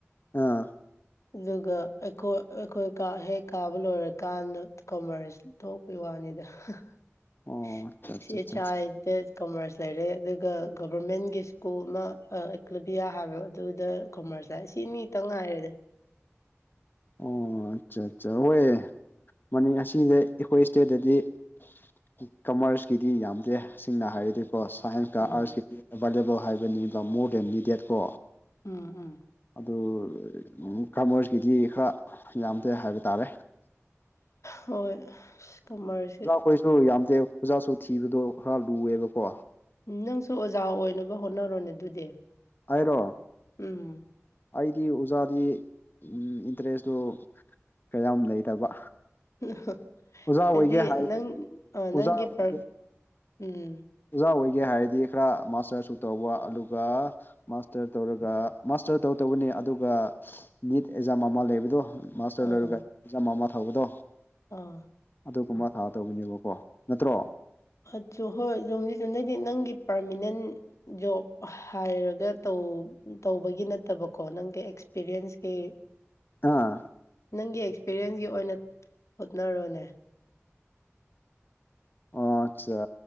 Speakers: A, on the left; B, on the left.
A: ꯑꯥ
B: ꯑꯗꯨꯒ ꯑꯩꯈꯣꯏ ꯑꯩꯈꯣꯏ ꯀꯥ ꯍꯦꯛ ꯀꯥꯕ ꯂꯣꯏꯔꯀꯥꯟꯗ ꯀꯣꯃ꯭ꯔꯁ ꯊꯣꯛꯄꯩ ꯋꯥꯅꯤꯗ <unintelligible>
A: ꯑꯣ ꯑꯆꯥ ꯑꯆꯥ
B: ꯗꯦꯠ ꯀꯃ꯭ꯔꯁ ꯂꯩꯔꯦ ꯑꯗꯨꯒ ꯒꯕꯔꯃꯦꯟꯒꯤ ꯁ꯭ꯀꯨꯜ ꯑꯃ ꯑꯥ ꯑꯦꯀ꯭ꯂꯕꯤꯌꯥ ꯍꯥꯏꯕ ꯑꯗꯨꯗ ꯀꯣꯃ꯭ꯔꯁ ꯂꯥꯏ ꯁꯤꯅꯤꯇꯪ ꯉꯥꯏꯔꯦꯗ
A: ꯑꯣ ꯑꯠꯆꯥ ꯑꯠꯆꯥ ꯍꯣꯏ ꯃꯅꯤ <unintelligible> ꯑꯩꯈꯣꯏ ꯏꯁꯇꯦꯠꯇꯗꯤ ꯀꯨ ꯀꯃ꯭ꯔꯁꯀꯤꯗꯤ ꯌꯥꯝꯗꯦ ꯁꯦꯡꯅ ꯍꯥꯏꯔꯗꯤ ꯀꯣ ꯁꯥꯏꯟꯁꯀ
B: ꯎꯝ
A: ꯑꯥꯔꯠꯁꯀꯤꯗꯤ ꯑꯦꯕꯥꯏꯂꯦꯕꯜ ꯍꯥꯏꯕꯅꯤꯕ ꯃꯣꯔ ꯗꯦꯟ ꯅꯤꯗꯦꯠ ꯀꯣ
B: ꯎꯝ ꯎꯝ
A: ꯗꯨ ꯀꯃ꯭ꯔꯁꯀꯤꯗꯤ ꯈꯔ ꯌꯥꯝꯗꯦ ꯍꯥꯏꯕ ꯇꯥꯔꯦ꯫
B: ꯍꯣꯏ ꯀꯃ꯭ꯔꯁꯁꯤ
A: ꯈꯣꯏꯁꯨ ꯌꯥꯝꯗꯦ ꯑꯣꯖꯥꯁꯨ ꯊꯤꯕꯗꯣ ꯈꯔ ꯂꯨꯑꯦꯕꯀꯣ
B: ꯎꯨꯝ ꯅꯪꯁꯨ ꯑꯣꯖꯥ ꯑꯣꯏꯅꯕ ꯍꯣꯠꯅꯔꯣꯅꯦ ꯑꯗꯨꯗꯤ꯫
A: ꯑꯩꯔꯣ
B: ꯎꯨꯝ
A: ꯑꯩꯗꯤ ꯑꯣꯖꯥꯗꯤ ꯎꯨꯝ ꯏꯟꯇꯔꯦꯁꯇꯨ ꯀꯌꯥꯝ ꯂꯩꯇꯕ
B: ꯎꯨꯝꯍ
A: ꯑꯣꯖꯥ ꯑꯣꯏꯒꯦ
B: ꯍꯑꯩꯗꯤ
A: ꯍꯥꯏꯔꯗꯤ
B: ꯅꯪ ꯑꯥ
A: ꯑꯣꯖꯥ
B: ꯅꯪꯒꯤ
A: ꯑꯣꯏꯒꯦ
B: ꯄꯔ ꯎꯝ
A: ꯑꯣꯖꯥ ꯑꯣꯏꯒꯦ ꯍꯥꯏꯔꯗꯤ ꯈꯔ ꯃꯥꯁꯇꯔꯁꯨ ꯇꯧꯕ ꯑꯗꯨꯒ ꯃꯥꯁꯇꯔ ꯇꯧꯔꯒ ꯃꯥꯁꯇꯔ ꯇꯧꯗꯧꯕꯅꯦ ꯑꯗꯨꯒ ꯅꯤꯠ ꯑꯦꯛꯖꯥꯝ ꯑꯃ ꯂꯩꯕꯗꯣ ꯃꯥꯁꯇꯔ
B: ꯑꯥ
A: ꯂꯣꯏꯔꯒ ꯑꯦꯛꯖꯥꯝ ꯑꯃ ꯊꯥꯕꯗꯣ
B: ꯑꯥ
A: ꯑꯗꯨꯒꯨꯝꯕ ꯊꯥꯇꯧꯕꯅꯦꯕꯀꯣ ꯅꯠꯇ꯭ꯔꯣ
B: ꯍꯣꯏ ꯆꯥ ꯍꯣꯏ <unintelligible> ꯅꯪꯒꯤ ꯄꯥꯔꯃꯤꯅꯦꯟ ꯖꯣꯕ ꯍꯥꯏꯔꯒ ꯇꯧ ꯇꯧꯕꯒꯤ ꯅꯠꯇꯕꯀꯣ ꯅꯪꯒꯤ ꯑꯦꯛꯁꯄꯤꯔꯤꯌꯦꯟꯁꯀꯤ <inaudible>
A: ꯑꯥ
B: ꯅꯪꯒꯤ ꯑꯦꯛꯁꯄꯤꯌꯦꯟꯁꯀꯤ ꯑꯣꯏꯅ ꯍꯣꯠꯅꯔꯣꯅꯦ
A: ꯑꯠꯆꯥ